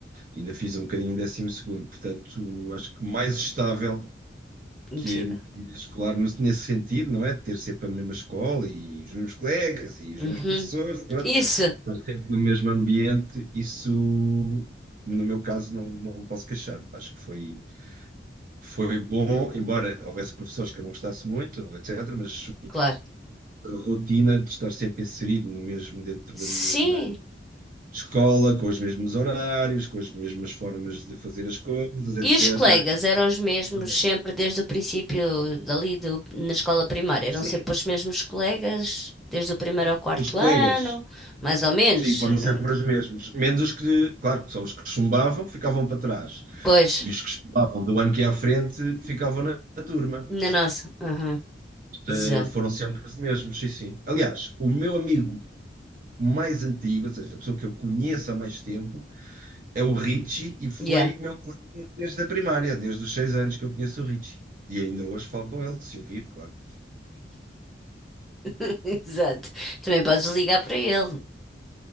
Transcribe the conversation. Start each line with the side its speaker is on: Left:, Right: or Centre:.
Right: ainda fiz um bocadinho em décimo segundo, portanto, acho que mais estável
Centre: impossível.
Right: que a minha vida escolar, mas nesse sentido, não é? De ter sempre a mesma escola e os meus colegas e os
Centre: Uhum,
Right: meus professores, pronto,
Centre: isso,
Right: estar sempre no mesmo ambiente, isso, no meu caso, não, não me posso queixar. Acho que foi, foi bom, embora houvesse professores que eu não gostasse muito, etc., mas
Centre: claro.
Right: a rotina de estar sempre inserido no mesmo, dentro da
Centre: Sim,
Right: mesma escola, com os mesmos horários, com as mesmas formas de fazer as coisas, etc.
Centre: E os colegas eram os mesmos
Right: Tá bom.
Centre: sempre desde o princípio dali do, na escola primária, eram
Right: Sim.
Centre: sempre os mesmos colegas desde o primeiro ao quarto
Right: Os colegas
Centre: ano, mais ou menos.
Right: Sim, foram
Centre: não-
Right: sempre os mesmos. Menos os que, claro, que são os que chumbavam, ficavam para trás.
Centre: Pois,
Right: E os que chumbavam do ano que ia à frente ficavam na, na turma.
Centre: na nossa. Aham, Exato.
Right: Eh, Foram sempre os mesmos, sim, sim. Aliás, o meu amigo mais antigo, ou seja, a pessoa que eu conheço há mais tempo, é o Richie e foi
Centre: Yeah,
Right: meu colega desde a primária, desde os seis anos que eu conheço o Richie. E ainda hoje falo com ele, se eu vir, claro,
Centre: <laughs> exato. Também podes ligar para ele,